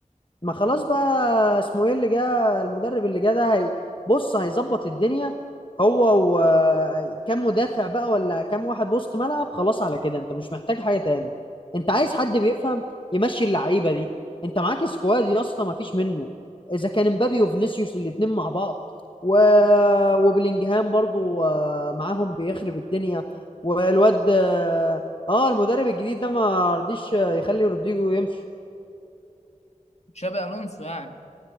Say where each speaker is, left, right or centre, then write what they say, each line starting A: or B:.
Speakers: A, on the left (about 40°); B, on the left (about 55°).
A: ما خلاص بقى اسمه ايه اللي جه المدرب اللي جه ده هي بص هيظبط الدنيا هو وكم مدافع بقى ولا كم واحد وسط ملعب خلاص على كده انت مش محتاج حاجة تاني انت عايز حد بيفهم يمشي اللعيبة دي انت معاك سكواد يا اسطى ما فيش منه اذا كان مبابي وفينيسيوس الاتنين مع بعض و... وبلينجهام برضو آه، معاهم بيخرب الدنيا والواد اه آه، المدرب الجديد ده ما رضيش يخلي رودريجو يمشي
B: تشابي الونسو يعني